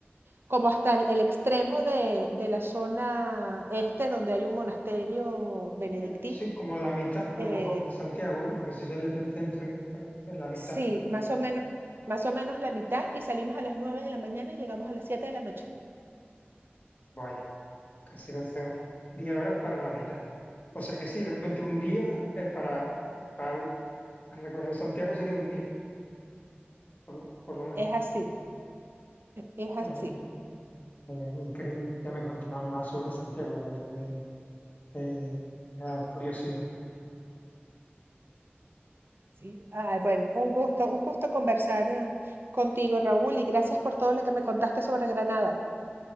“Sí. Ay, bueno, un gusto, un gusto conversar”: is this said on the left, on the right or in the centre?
Right